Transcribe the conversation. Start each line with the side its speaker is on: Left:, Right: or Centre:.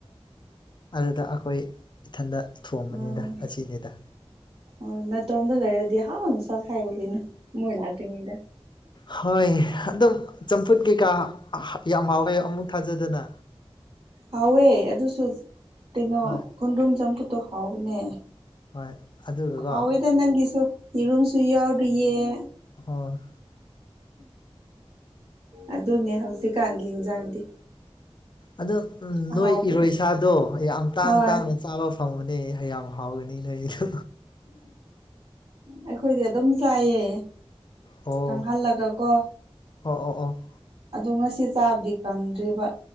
Left: ꯑꯗꯨꯗ ꯑꯩꯈꯣꯏ ꯏꯊꯟꯗ ꯊꯣꯡꯕꯅꯤꯗ
Right: ꯎꯝ
Left: ꯑꯁꯤꯅꯤꯗ
Right: ꯑꯣ ꯅꯥꯇꯣꯝꯗ ꯂꯩꯔꯗꯤ ꯍꯥꯥꯎꯅ ꯆꯥꯈꯥꯏꯌꯨ ꯀꯩꯅꯣ ꯃꯣꯏ ꯂꯥꯛꯇꯔꯤ ꯉꯩꯗ
Left: ꯍꯣꯏ ꯑꯗꯨꯝ ꯆꯝꯐꯨꯠ ꯀꯩꯀꯥ ꯌꯥꯝ ꯍꯥꯎꯋꯦ ꯑꯃꯨꯛ ꯊꯥꯖꯗꯅ
Right: ꯍꯥꯎꯋꯦ ꯑꯗꯨꯁꯨ ꯀꯩꯅꯣ
Left: ꯍꯣꯏ
Right: ꯈꯣꯟꯗꯔꯨꯝ ꯆꯝꯐꯨꯠꯇꯣ ꯍꯥꯎꯕꯅꯦ
Left: ꯍꯣꯏ ꯑꯗꯨꯒꯀꯣ
Right: ꯍꯥꯎꯌꯤꯗ ꯅꯪꯒꯤꯁꯨ ꯌꯦꯔꯨꯝꯁꯨ ꯌꯥꯎꯔꯤꯌꯦꯦ
Left: ꯍꯣꯏ
Right: ꯑꯗꯨꯅꯦ ꯍꯧꯖꯤꯛꯀꯥꯟꯒꯤ ꯌꯦꯟꯖꯥꯡꯗꯤ
Left: ꯑꯗꯣ
Right: ꯑꯍꯥꯎꯕꯗꯣ
Left: ꯅꯣꯏ ꯏꯔꯣꯏꯁꯥꯗꯣ ꯌꯥꯝ ꯇꯥꯡ
Right: ꯍꯣꯏ
Left: ꯇꯥꯡꯅ ꯆꯥꯕ ꯐꯪꯕꯅꯦ ꯌꯥꯝ ꯍꯥꯎꯔꯗꯤ ꯂꯩꯌꯣ
Right: ꯑꯩꯈꯣꯏꯗꯤ ꯑꯗꯨꯝ ꯆꯥꯏꯌꯦ
Left: ꯑꯣ
Right: ꯀꯪꯍꯜꯂꯒ ꯀꯣ
Left: ꯑꯣ ꯑꯣ ꯑꯣ
Right: ꯑꯗꯨ ꯉꯁꯤ ꯆꯥꯕꯗꯤ ꯀꯪꯗ꯭ꯔꯤꯕ